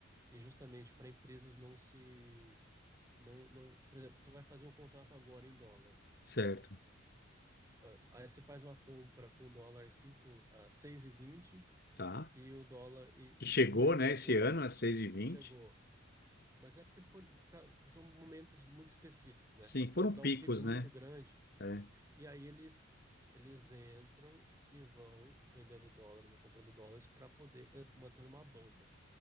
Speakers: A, on the right (about 15°); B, on the left (about 50°).
A: e justamente para empresas não se não, não, por exemplo, você vai fazer um contrato agora em dólar.
B: certo.
A: Ah, Aí você faz uma compra com o dólar 5 a 6,20 e vinte
B: Tá.
A: e o dólar e
B: Que chegou,
A: um mês
B: né,
A: depois
B: esse ano a seis e vinte
A: chegou. Mas é porque foram- fica- são momentos muito específicos, né?
B: Sim, foram
A: Dá
B: picos,
A: um pico muito
B: né?
A: grande
B: É,
A: e aí eles eles entram e vão vendendo dólares ou comprando dólares para poder eh, manter uma banda,